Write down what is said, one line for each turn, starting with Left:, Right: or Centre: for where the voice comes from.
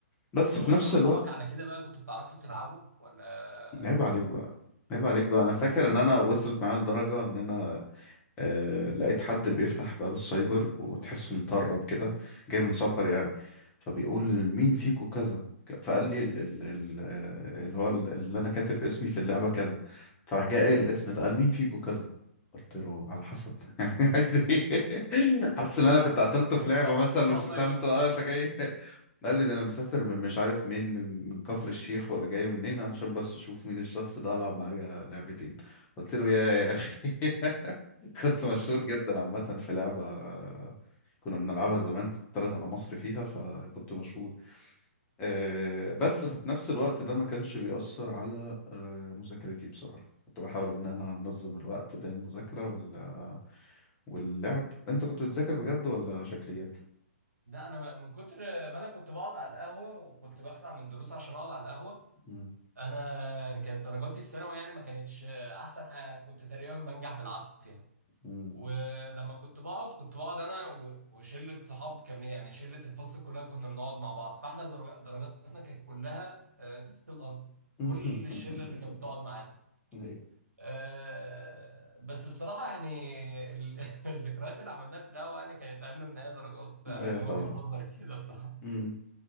Left: بس
Right: هو
Left: في نفس
Right: انت واصحابك
Left: الوقت
Right: على كده بقى كنتوا بتعرفوا تلعبوا ولا
Left: عيب عليك بقى عيب عليك بقى أنا فاكر إن أنا وصلت
Right: <laughs>
Left: معايا لدرجة إن أنا آه لقيت حد بيفتح باب السايبر وتحسه مطرب كده جاي من سفر يعني فبيقول مين فيكو كذا ك- فقال لي ال ال ال آه، اللي هو ال- اللي انا كاتب اسمي في اللعبة كذا فراح جاي قايل الاسم ده قال مين فيكو كذا قلت له على حسب <laughs> يعني عايز ايه <laughs> حاسس ان انا كنت قتلته في لعبة
Right: لو هتضربنا
Left: مثلا وشتمته
Right: يبقى مفيش
Left: اه فجاي <laughs> قال لي ده انا مسافر من مش عارف مين من من كفر الشيخ ولا جاي منين علشان بس اشوف مين الشخص ده العب معاه لعبتين قلت له يا يا اخي <laughs> كنت مشهور جدا عامة في لعبة آه، كنا بنلعبها زمان كنت طلعت على مصر فيها فكنت مشهور أه بس في نفس الوقت ده ما كانش بيأثر على أه مذاكرتي بصراحة كنت بحاول إن أنا أنظم الوقت بين المذاكرة وال... واللعب أنت كنت بتذاكر بجد ولا شكليات؟
Right: لا انا من كتر ما انا كنت بقعد على القهوه وكنت بخلع من دروس عشان اقعد على القهوه
Left: مم.
Right: انا كانت درجاتي في ثانوي يعني ما كانتش احسن حاجه كنت تقريبا بنجح بالعافيه يعني
Left: مم.
Right: ولما كنت بقعد كنت بقعد انا و- وشله صحاب كان يعني شله الفصل كلها كنا بنقعد مع بعض فاحنا درج- درجاتنا كانت كلها آه، تحت الارض
Left: <laughs>
Right: كل الشله اللي كانت بتقعد معانا
Left: أيوه
Right: آه، بس بصراحة يعني ال- <laughs> الذكريات اللي عملناها في القهوة يعني كانت أهم من أي درجات أنا
Left: أيوه
Right: من
Left: طبعا
Right: وجهة نظري كده بصراحة
Left: مم.